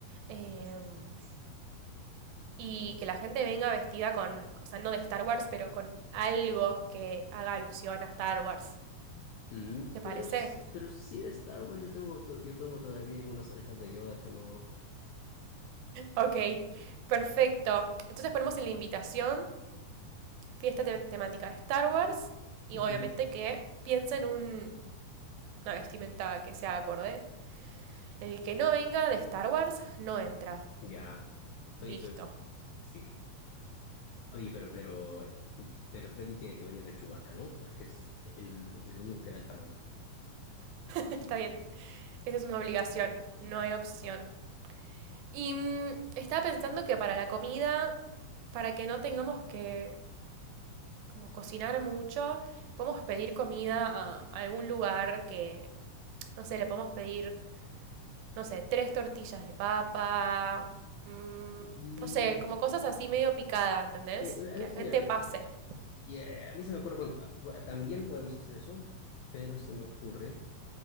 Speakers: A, on the right; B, on the left.
A: em, y que la gente venga vestida con, o sea, no de Star Wars, pero con algo que haga alusión a Star Wars.
B: Mm,
A: ¿Te parece?
B: pero, s- pero sí de Star Wars yo tengo, to- yo tengo todavía unas orejas de Yoda que no...
A: Ok, perfecto. Entonces ponemos en la invitación fiesta te- temática de Star Wars y
B: Ujú.
A: obviamente que piensen un, una vestimenta que sea acorde. El que no venga de Star Wars no entra.
B: Ya. Oye,
A: Listo.
B: pero... Sí. Oye, pero, pero, pero Freddy tiene que venir de Chewbacca, ¿no? Porque es el, el único que da el tamaño.
A: Está bien. Esa es una obligación, no hay opción. Y mm, estaba pensando que para la comida, para que no tengamos que como cocinar mucho, podemos pedir comida a algún lugar que, no sé, le podemos pedir, no sé, tres tortillas de papa, mm,
B: Y...
A: no sé, como cosas así medio picada, ¿entendés?
B: eh, a
A: Que
B: mí,
A: la gente
B: mira,
A: pase.
B: eh, y, eh, a mí se me ocurre, bueno, eh, también podemos hacer eso, pero se me ocurre,